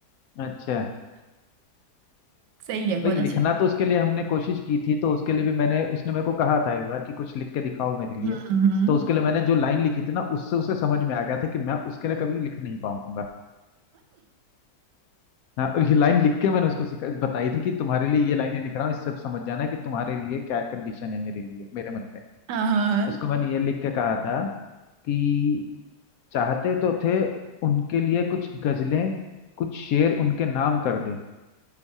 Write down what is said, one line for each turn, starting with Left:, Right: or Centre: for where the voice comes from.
Left: अच्छा
Right: सही है बहुत
Left: भाई
Right: अच्छी
Left: लिखना तो उसके लिए हमने कोशिश की थी तो उसके लिए भी मैंने उसने मेरे को कहा था एक बार कि कुछ लिख के दिखाओ मेरे
Right: हम्म
Left: लिए
Right: हम्म।
Left: तो उसके लिए मैंने जो लाइन लिखी थी ना उससे उसे समझ में आ गया था कि मैं उसके लिए कभी लिख नहीं पाऊंगा हाँ और ये लाइन लिख के मैंने उसको सिखा बताई थी कि तुम्हारे लिए ये लाइनें लिख रहा हूँ इससे समझ जाना कि तुम्हारे लिए क्या कंडीशन है मेरे लिए मेरे मन में
Right: हाँ हाँ
Left: उसको मैंने ये लिख के कहा था कि चाहते तो थे उनके लिए कुछ गजलें कुछ शेर उनके नाम कर दें